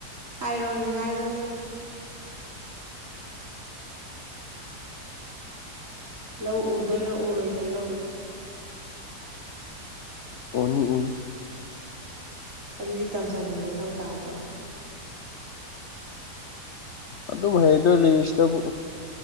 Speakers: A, on the right; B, on the left.
A: ꯍꯥꯏꯔꯣꯅꯦ ꯍꯥꯏꯔꯣꯅꯦ ꯂꯧ ꯎꯗꯣꯏꯔꯣ ꯎꯔꯣꯏꯗꯣꯏꯔꯣ
B: <unintelligible>
A: ꯑꯗꯨꯗꯤ ꯇꯝꯁꯟꯕ ꯃꯊꯧ ꯇꯥꯗ꯭ꯔꯣ
B: ꯑꯗꯨ ꯑꯗꯨ ꯍꯩꯗ ꯂꯩ ꯏꯁꯗ